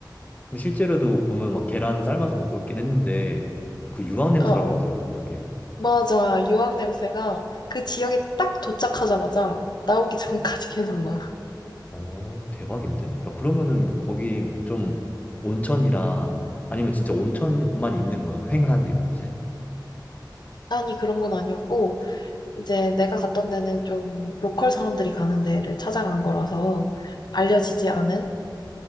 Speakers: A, on the left; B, on the left.
A: 근데 실제로도 보면 막 계란을 삶아서 먹고 있긴 했는데 그 유황 냄새라고
B: 어, 어.
A: 하더라고 그게.
B: 맞아. 유황 냄새가 그 지역에 딱 도착하자마자 나오기 <laughs> 전까지 계속 나.
A: 어, 대박인데? 야, 그러면은 거기 뭐 좀 온천이랑 아니면 진짜 온천만 있는 거야? 휑한 내 곳에?
B: 아니, 그런 건 아니었고, 이제 내가 갔던 데는 좀 로컬 사람들이 가는 데를 찾아간 거라서 알려지지 않은